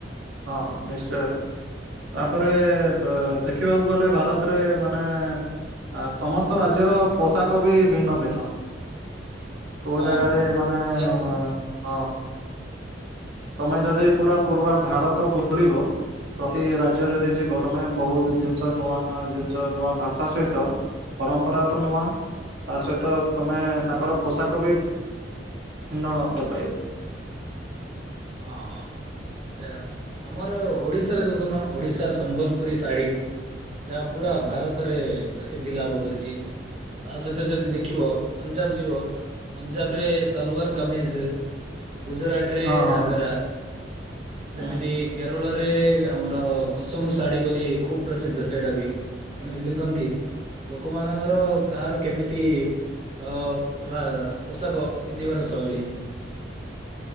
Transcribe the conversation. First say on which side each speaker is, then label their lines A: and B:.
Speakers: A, on the right; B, on the right.
A: ହଁ ନିଶ୍ଚୟ। ତାପରେ ଦେଖିବାକୁ ଗଲେ ଭାରତରେ ମାନେ ଆ ସମସ୍ତ ରାଜ୍ୟର ପୋଷାକ ବି ଭିନ୍ନ ଭିନ୍ନ। କୋଉ
B: ହଁ
A: ଜାଗାରେ
B: ହଁ।
A: ମାନେ
B: ସେୟା ପରା
A: ହଁ ତମେ ଯଦି ପୁରା ପୂର୍ବ ଭାରତ ବୁଲିବ ପ୍ରତି ରାଜ୍ୟ ଯଦି ଯିବ ତମେ ବହୁତ ଜିନିଷ ନୂଆ ନୂଆ ଜିନିଷ ନୂଆ ଭାଷା ସହିତ ପରମ୍ପରା ତ ନୂଆ, ତା ସହିତ ତମେ ତାଙ୍କର ପୋଷାକ ବି ନ ପାଇବ।
B: ହଁ। ଆଛା ଆମର ଓଡିଶାରେ ଦେଖୁନ ଓଡିଶାର ସମ୍ବଲପୁରୀ ଶାଢ଼ୀ। ଯାହାହୋଉ ପୁରା ଭାରତରେ ପ୍ରସିଦ୍ଧି ଲାଭ କରିଛି। ତା ସହିତ ଯଦି ଦେଖିବ ପଞ୍ଜାବ ଯିବ ପଞ୍ଜାବରେ ସାଲୁଆର କମିଜ। ଗୁଜୁରାଟ ରେ
A: ହଁ ହଁ
B: ଘାଗରା
A: ହୁଁ
B: ସେମିତି କେରଳରେ ଆମର କସୁବୁ ଶାଢ଼ୀ ବୋଲି ଖୁବ ପ୍ରସିଦ୍ଧ ସେଇଟା ବି। ଏମିତି ପିନ୍ଧନ୍ତି ଲୋକମାନଙ୍କର କାହାର କେମିତି ଅ ପୋଷାକ ପିନ୍ଧିବାର ଶୈଳୀ।